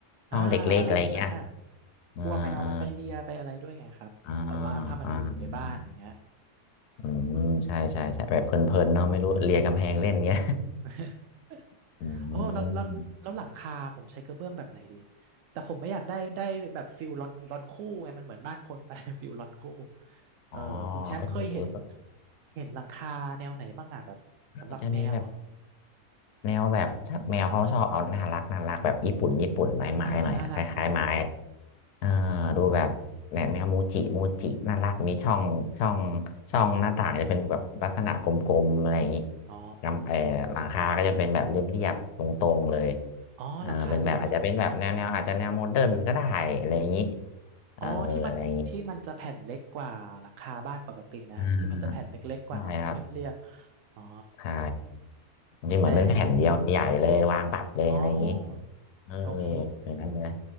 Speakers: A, on the right; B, on the left.
A: อ่าอะไรอย่างนั้นน่ะ
B: ห้องเด็กเล็กอะไรเงี้ยอ่าอ่า
A: กลัวแมวมันไปเลียไปอะไรด้วยไงครับแบบว่าถ้ามันอยู่ในบ้านอย่างเงี้ย
B: อ่าอ่าอืมใช่ใช่ใช่แบบเพลินๆเนาะไม่รู้เลียกำแพงเล่นเงี้ย
A: ใช่ <laughs>
B: <laughs> อื
A: โอ้แล้วแล้วแล้วหลังคาผมใช้กระเบื้องแบบไหนดี
B: ม
A: แต่ผมไม่อยากได้ได้แบบฟิลลอนลอนคู่ไงมันเหมือนบ้านคนไป <laughs> ฟิลลอนคู่เออคุณแชมป์เคยเห็น
B: อ๋อเออก็
A: เห็นหลังคาแนวไหนบ้างอ่ะแบบสำหรับแมวอ่ะ
B: อาจจะมีแบบแนวแบบถ้าแมวเขาชอบเอาน่ารักน่ารักแบบญี่ปุ่นญี่ปุ่นไม้ไม้หน่อยอะคล้ายๆไม้
A: เออน่ารักน่ารัก
B: เออดูแบบแนวแนวโมูจิโมูจิน่ารักมีช่องช่อง
A: นะ
B: ช่องหน้าต่างจะเป็นแบบลักษณะกลมๆอะไรอย่างนี้
A: อ๋อ
B: กำเออหลังคาก็จะเป็นแบบเรียบๆตรงๆเลย
A: อ๋อหลังคาเรียบเรียบ
B: เออเป็นแบบอาจจะเป็นแบบแนวแนวอาจจะแนวโมเดิร์นก็ได้อะไรอย่างนี้เอออะไรอย่างนี้
A: อ๋อที่มันที่มันจะแผ่นเล็กกว่าหลังคาบ้านปกติไหมครับที่มันจะแผ่นเล็กๆกว่าหน่อยเนาะเรียบเรียบ
B: อ่าใช่ครับ
A: อ๋อ
B: ใช่ที่เหมือนเป็นแผ่นเดียวใหญ่เลยวางปรับเลยอะไรอย่างนี้
A: แต่อ๋อ
B: เออ
A: โอเค
B: อย่างนั้นเลยนะ